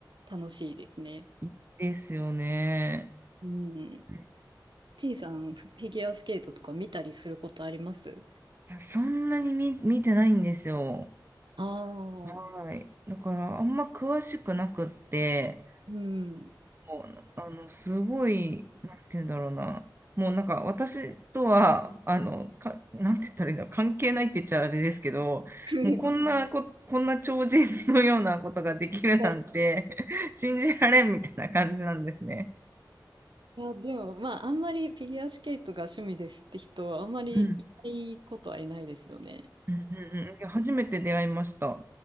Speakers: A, on the right (about 85°); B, on the right (about 30°).
A: 楽しいですね。
B: いですよね。
A: うん。
B: うんい
A: ちいさん、フィギュアスケートとか見たりすることあります
B: やそんなに見、見てないんですよ。
A: ああ
B: はい。だから、あんま詳しくなくって、
A: うん。
B: そうあの、すごい、なんて言うんだろうな。もうなんか、私とは、あの、か、なんて言ったらいいんだろう、関係ないって言っちゃあれですけど、
A: <laughs>
B: もうこんなこ、こんな超人のようなことができるなんて
A: はい
B: <laughs> 信じられんみたいな感じなんですね。
A: いや、でも、まあ、あんまりフィギュアスケートが趣味ですって人は、あんまりいないことはいないですよね。
B: うん。うんうんうん。いや初めて出会いました。